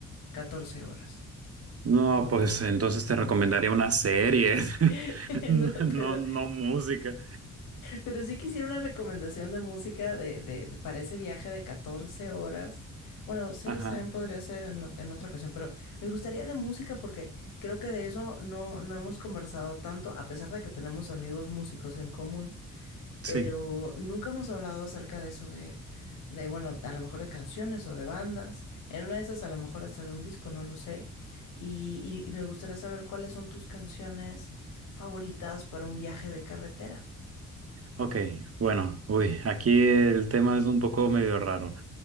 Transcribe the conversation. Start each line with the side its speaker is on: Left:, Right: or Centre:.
Left: 14 horas.
Right: No, pues entonces te recomendaría una serie,
Left: <laughs>
Right: <laughs> no,
Left: No, pero
Right: no música.
Left: Pero sí quisiera una recomendación de música de, de- de- para ese viaje de 14 horas. Bueno, series
Right: Ajá,
Left: también podría ser en, ot- en otra ocasión, pero me gustaría de música porque creo que de eso no, no hemos conversado tanto, a pesar de que tenemos amigos músicos en común,
Right: sí.
Left: pero nunca hemos hablado acerca de eso de, de, bueno, a lo mejor de canciones o de bandas. En una de esas a lo mejor hasta de un disco, no lo sé. Y, y y me gustaría saber cuáles son tus canciones favoritas para un viaje de carretera.
Right: Ok, bueno, uy, aquí el tema es un poco medio raro.